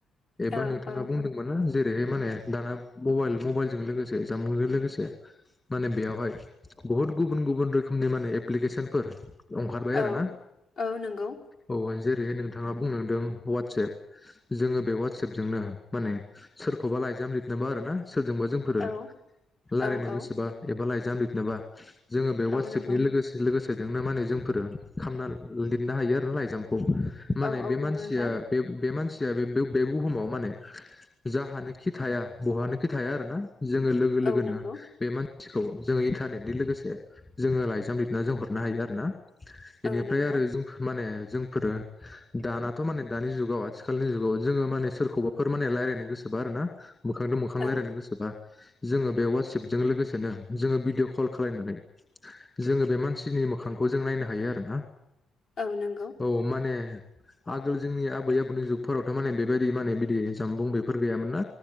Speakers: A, on the left (about 20°); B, on the left (about 60°).
A: एबा
B: औ
A: नोंथाङा
B: औ
A: बुंदोंमोना जे रैहाय माने दाना मबाइल मबाइलजों लोगोसे जामबुंजों लोगोसे माने बेयावहाय बहुत गुबुन गुबुन रोखोमनि माने एप्लिकेसनफोर ओंखारबाय आरो
B: औ
A: ना
B: औ नंगौ
A: औ जे रैहाय नोंथाङा बुंनांदों ववाटससेप जोङो बे ववाटससेपजोंनो माने सोरखौबा लाइजाम लिरनोबा आरो ना सोरजोंबा जोंफोरो
B: औ
A: रायलायनो
B: औ औ
A: गोसोबा एबा लाइ लाइजाम लिरनोबा जोङो बे वाटसापनि
B: औ नंगौ
A: लोगोसे लोगोसे बेजोंनो माने जोंफोरो खामना लिरनो हायो आरो लाइजामखौ माने
B: औ औ
A: बे मानानसिया
B: नंगौ नोंथां
A: बे बे मानसि मानसिया बे बुहुमाव माने जाहानोखि थाया बहानो खि थाया आरो ना जोंङो लोगो लोगोनो
B: औ नंगौ
A: बे मान सिखौ जोंङो इन्टारनेटनि लोगोसे जोंङो लाइजाम लिरना जों हरनो हायो आरो ना। बेनिफ्राय
B: औ नंगौ
A: आरो जों माने जोंफोरो दानाथ‌माने दानि जुगाव आथिखालनि जुगाव जोंङो माने सोरखौबाफोर माने रायलायनो गोसोबा आरो ना मोखांदों मोखां
B: औ
A: रायलायनो गोसोबा जोंङो बे वाटसेएपजों लोगोसेनो जोंङो भिडिअ कल खालायनानै जोंङो बे मानसिनि मोखांखौ ज जों नायनो हायो आरो ना।
B: औ नंगौ
A: औ माने आगोल जोंनि आबै आबौनि जुगफोरावथ माने बेबायदि माने बिदि जामबुं बेफोर गैयामोन ना।